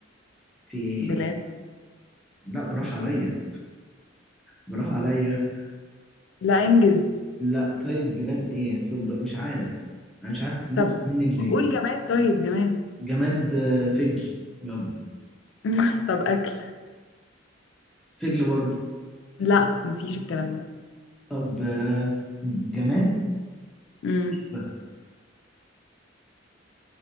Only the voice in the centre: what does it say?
في ايه
لا براح عليا براح عليا
لا طيب بلاد ايه فبر مش عارف انا مش عارف المخ
منك ليه
جماد آه، فجل يلا
فجل برضه
طب آه، جماد
فسبة